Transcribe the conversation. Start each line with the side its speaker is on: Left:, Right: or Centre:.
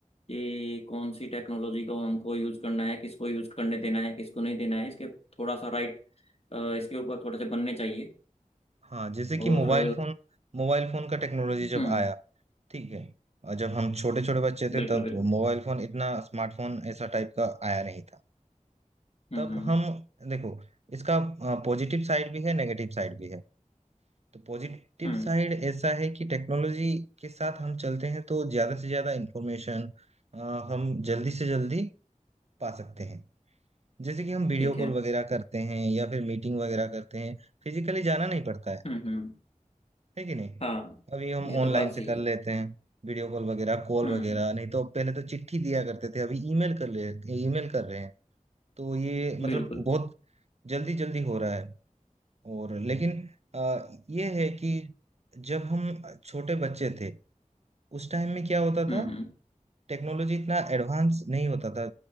Left: कि कौन सी टेक्नोलॉजी को हमको यूज़ करना है किसको यूज़ करने देना है किसको नहीं देना है इसके थोड़ा सा राइट इसके ऊपर थोड़े से बनने चाहिए
Right: हाँ जैसे कि
Left: और
Right: मोबाइल फोन मोबाइल फोन का टेक्नोलॉजी जब
Left: हम्म
Right: आया ठीक है और जब हम छोटे छोटे बच्चे
Left: बिल्कुल
Right: थे तब
Left: बिल्कुल
Right: मोबाइल फोन इतना स्मार्टफोन ऐसा टाइप का आया नहीं था
Left: हम्म
Right: तब
Left: हम्म
Right: हम देखो इसका पॉजिटिव साइड भी है नेगेटिव साइड भी है तो पॉजिटिव
Left: हम्म
Right: साइड ऐसा है कि टेक्नोलॉजी के साथ हम चलते हैं तो ज्यादा से ज्यादा इंफॉर्मेशन हम जल्दी से जल्दी पा सकते हैं जैसे कि हम वीडियो
Left: ठीक है
Right: कॉल वगैरह करते हैं या फिर मीटिंग वगैरह करते हैं फिजिकली जाना नहीं पड़ता है
Left: हम्म हम्म
Right: है कि नहीं
Left: हाँ
Right: अभी हम
Left: ये तो
Right: ऑनलाइन
Left: बात
Right: से
Left: सही
Right: कर
Left: है
Right: लेते हैं वीडियो कॉल वगैरह कॉल
Left: हम्म
Right: वगैरह नहीं तो पहले तो चिट्ठी दिया करते थे अभी ईमेल कर ले ईमेल कर रहे हैं तो ये मतलब
Left: बिल्कुल
Right: बहुत जल्दी जल्दी हो रहा है और लेकिन आ, ये है कि जब हम छोटे बच्चे थे उस टाइम में क्या होता
Left: हम्म
Right: था
Left: हम्म
Right: टेक्नोलॉजी इतना एडवांस नहीं होता था